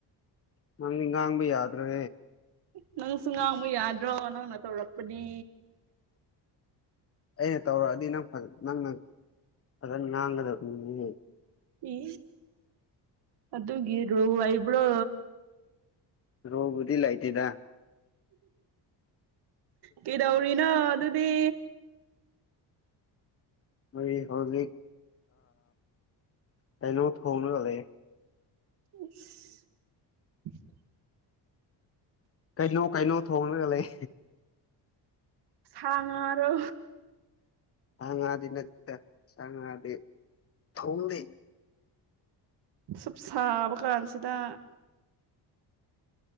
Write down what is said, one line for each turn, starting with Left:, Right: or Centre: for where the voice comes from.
Left: ꯅꯪ ꯉꯥꯡꯕ ꯌꯥꯗ꯭ꯔꯦ
Right: ꯅꯪꯁꯨ ꯉꯥꯡꯕ ꯌꯥꯗ꯭ꯔꯣ ꯅꯪꯅ ꯇꯧꯔꯛꯄꯗꯤ
Left: ꯑꯩꯅ ꯇꯧꯔꯛꯑꯗꯤ ꯅꯪ ꯅꯪꯅ ꯐꯖꯅ ꯉꯥꯡꯒꯗꯕꯅꯤ
Right: ꯏ ꯑꯗꯨꯒꯤ ꯔꯨ ꯍꯕ꯭ꯔꯣ
Left: ꯔꯣꯕꯨꯗꯤ ꯂꯥꯏꯇꯗ
Right: ꯀꯩꯗꯧꯔꯤꯅꯣ ꯑꯗꯨꯗꯤ
Left: ꯃꯣꯏ ꯍꯧꯖꯤꯛ ꯀꯩꯅꯣ ꯊꯣꯡꯅꯒ ꯂꯩ
Right: ꯑ
Left: ꯀꯩꯅꯣ ꯀꯩꯅꯣ ꯊꯣꯡꯉꯒ ꯂꯩ
Right: ꯁꯉꯔꯣ
Left: ꯁꯉꯥꯗꯤ ꯅꯠꯇ ꯁꯉꯥꯗꯤ ꯊꯣꯡꯗꯦ
Right: ꯁꯞ ꯁꯥꯕ ꯀꯥꯟꯁꯤꯗ